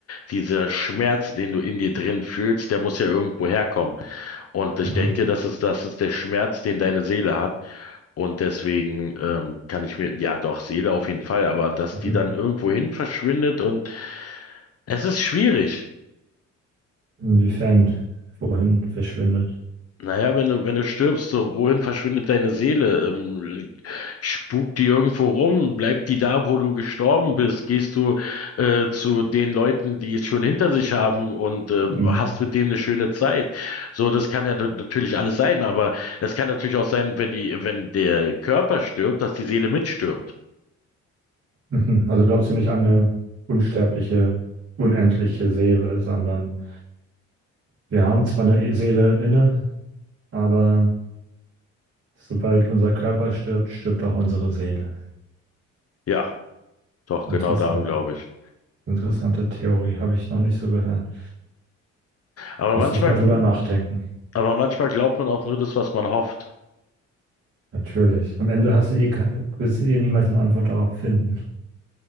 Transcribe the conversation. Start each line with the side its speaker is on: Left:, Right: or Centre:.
Left: dieser Schmerz, den du in dir drin fühlst, der muss ja irgendwo herkommen. Und ich
Right: Ja.
Left: denke, das ist, das ist der Schmerz, den deine Seele hat. Und deswegen ähm, kann ich mir, ja doch, Seele auf jeden Fall, aber dass
Right: Mhm.
Left: die dann irgendwohin verschwindet und es ist schwierig.
Right: Inwiefern? Wohin verschwindet?
Left: Naja, wenn du, wenn du stirbst, so, wohin verschwindet deine Seele? Ähm, spukt die irgendwo rum? Bleibt die da, wo du gestorben bist? Gehst du äh, zu den Leuten, die es schon hinter sich haben und ähm,
Right: Mhm.
Left: hast mit denen eine schöne Zeit? So, das kann ja nat- natürlich alles sein, aber es kann natürlich auch sein, wenn die, wenn der Körper stirbt, dass die Seele mitstirbt.
Right: Mhm. Also glaubst du nicht an eine unsterbliche, unendliche Seele, sondern wir haben zwar eine Seele inne, aber sobald unser Körper stirbt, stirbt auch unsere Seele.
Left: Ja, doch,
Right: Interessant.
Left: genau daran glaube ich.
Right: Interessante Theorie, habe ich noch nicht so gehört.
Left: Aber
Right: Müsste
Left: manchmal,
Right: ich mal drüber nachdenken.
Left: aber manchmal glaubt man auch nur das, was man hofft.
Right: Natürlich. Am Ende hast du eh kein, wirst du eh niemals eine Antwort darauf finden.